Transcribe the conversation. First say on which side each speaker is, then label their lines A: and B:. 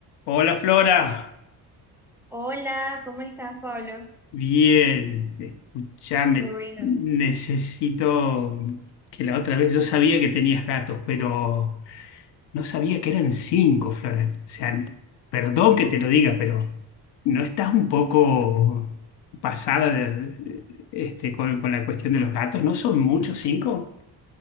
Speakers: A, on the left (about 70°); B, in the centre.
A: Hola Flora,
B: Hola, ¿cómo estás, Pablo?
A: bien, escuchame,
B: Qué bueno.
A: necesito que la otra vez yo sabía que tenías gatos, pero no sabía que eran cinco, Flora. O sea, perdón que te lo diga, pero ¿no estás un poco pasada de- este, con, con la cuestión de los gatos? ¿No son muchos cinco?